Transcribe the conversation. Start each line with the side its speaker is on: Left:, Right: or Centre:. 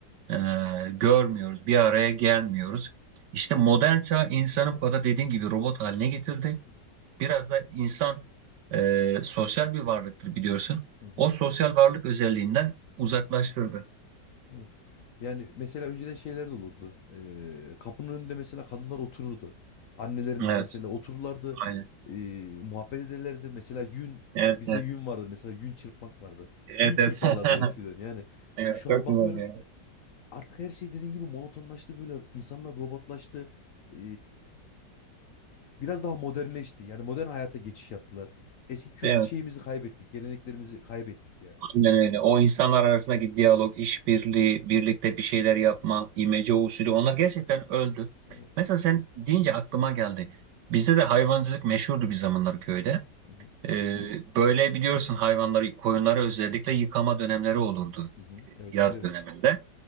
Right: e, görmüyoruz. Bir araya gelmiyoruz. İşte modern çağ insanı bu kadar dediğin gibi robot haline getirdi.
Left: Evet.
Right: Biraz da insan e, sosyal bir varlıktır biliyorsun.
Left: Hı hı.
Right: O sosyal varlık özelliğinden uzaklaştırdı.
Left: Evet. Yani mesela önceden şeyler de olurdu. Ee, kapının önünde mesela kadınlar otururdu. Annelerimiz
Right: Evet,
Left: mesela otururlardı.
Right: aynen.
Left: ee, muhabbet ederlerdi. Mesela yün
Right: Evet,
Left: bizde
Right: evet.
Left: yün vardır. Mesela yün çırpmak vardı.
Right: Evet,
Left: Yün çırparlardı
Right: evet. <laughs>
Left: eskiden. Yani
Right: Evet,
Left: şu
Right: çok
Left: an bakıyorum
Right: güzel ya.
Left: Artık her şey dediğin gibi monotonlaştı böyle. İnsanlar robotlaştı. Ee, biraz daha modernleşti. Yani modern hayata geçiş yaptılar. Eski kült
Right: Evet,
Left: şeyimizi kaybettik. Geleneklerimizi kaybettik yani.
Right: aynen öyle. O insanlar arasındaki diyalog, işbirliği, birlikte bir şeyler yapma, imece usulü onlar gerçekten öldü.
Left: Evet.
Right: Mesela sen deyince aklıma geldi. Bizde de hayvancılık meşhurdu bir zamanlar köyde.
Left: Hı hı.
Right: Ee, böyle biliyorsun hayvanları, koyunları özellikle yıkama dönemleri olurdu
Left: Hı hı.
Right: e,
Left: Evet
Right: yaz
Left: bilirim.
Right: döneminde.